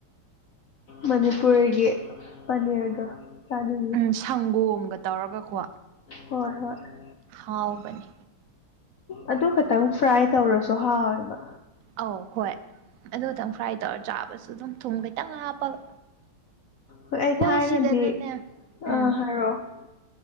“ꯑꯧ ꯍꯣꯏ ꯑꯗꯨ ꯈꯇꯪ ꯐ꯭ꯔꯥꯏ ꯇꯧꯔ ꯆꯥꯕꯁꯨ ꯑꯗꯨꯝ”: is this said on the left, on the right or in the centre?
Right